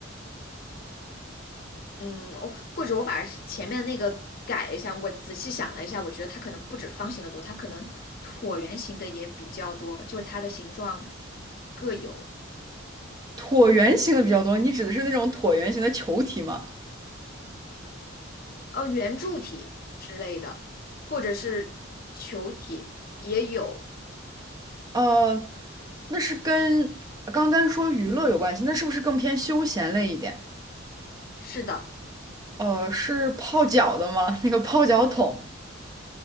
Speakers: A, on the left; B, on the right.
A: 嗯，哦，或者我把前面那个改一下，我仔细想了一下，我觉得它可能不止方形的多，它可能椭圆形的也比较多，就是它的形状各有，
B: 椭圆形的比较多，你指的是那种椭圆形的球体吗？
A: 呃，圆柱体之类的，或者是球体也有。
B: 呃，那是跟刚刚说娱乐有关系，那是不是更偏休闲类一点？
A: 是的，
B: 呃，是泡脚的吗？<laughs> 那个泡脚桶？